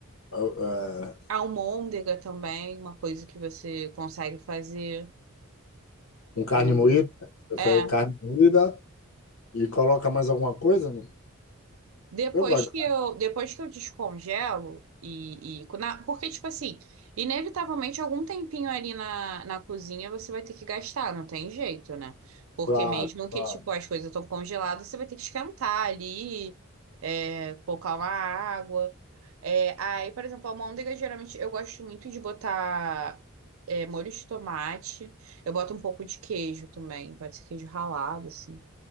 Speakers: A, on the left; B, on the right.
A: ah, ah,
B: Almôndega também, uma coisa que você consegue fazer.
A: com carne
B: É,
A: moída. Você faz
B: é.
A: carne moída e coloca mais alguma coisa? Não?
B: Depois
A: Eu gosto.
B: que eu, depois que eu descongelo e, e na- porque, tipo assim, inevitavelmente algum tempinho ali na, na cozinha você vai ter que gastar, não tem jeito, né? Porque
A: Claro,
B: mesmo que,
A: claro.
B: tipo, as coisas estão congeladas, você vai ter que esquentar ali, é, colocar uma água. É, aí, por exemplo, a almôndega, geralmente eu gosto muito de botar, é, molho de tomate. Eu boto um pouco de queijo também, pode ser queijo ralado, assim.